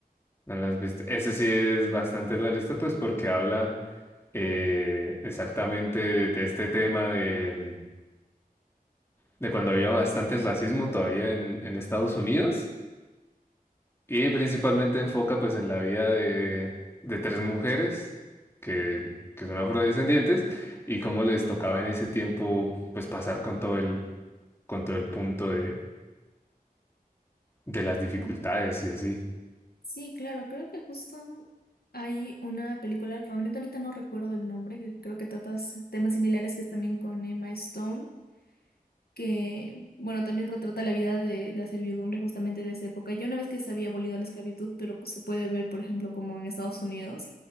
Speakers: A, on the left (about 15°); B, on the left (about 80°).
A: ¿No lo has visto? Ese sí es bastante realista, pues porque habla eh, exactamente de, de este tema de, mm, de cuando había bastante racismo todavía en, en Estados Unidos y principalmente enfoca pues en la vida de, de tres mujeres que, que son afrodescendientes y cómo les tocaba en ese tiempo pues pasar con todo el, con todo el punto de, de las dificultades
B: Ujú.
A: y así.
B: Sí, claro, creo que justo hay una película, realmente ahorita no recuerdo el nombre, que creo que trata temas similares que es también con Emma Stone. que, bueno, también retrata la vida de la servidumbre justamente de esa época. Ya una vez que se había abolido la esclavitud, pero pues, se puede ver, por ejemplo, como en Estados Unidos,